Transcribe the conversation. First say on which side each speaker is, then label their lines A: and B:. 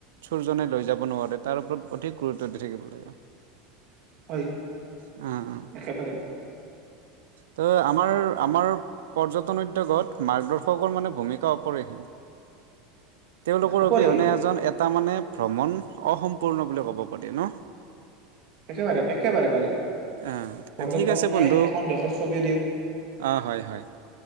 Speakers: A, on the right (about 70°); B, on the right (about 50°).
A: চুৰজনে লৈ যাব নোৱাৰে। তাৰ ওপৰত অধিক গুৰুত্ব দি থাকিব লাগে।
B: হয়
A: উম,
B: একেবাৰে
A: ত' আমাৰ, আমাৰ পৰ্যটন উদ্যোগ'ত মাৰ্গদৰ্শকৰ মানে ভূমিকা অপৰিহীম। তেওঁলোকৰ
B: অপৰিসীম
A: অবিহনে এজন এটা মানে ভ্ৰমণ- অসম্পূৰ্ণ বুলি ক'ব পাৰি ন'।
B: একেবাৰে একেবাৰে পাৰি
A: আঁহ
B: পৰ্যটনে
A: ঠিক আছে বন্ধু।
B: এখন দেশৰ ছবিও দিয়ে
A: অঁ হয়, হয়